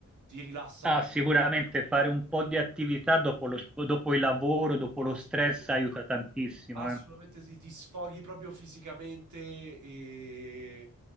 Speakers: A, on the right; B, in the centre.
A: ti rilassa
B: Ah,
A: proprio.
B: sicuramente fare un po' di attività dopo lo sp- dopo il lavoro, dopo
A: Assolutamente,
B: lo stress aiuta tantissimo,
A: assolutamente
B: eh.
A: sì, ti sfoghi proprio fisicamente e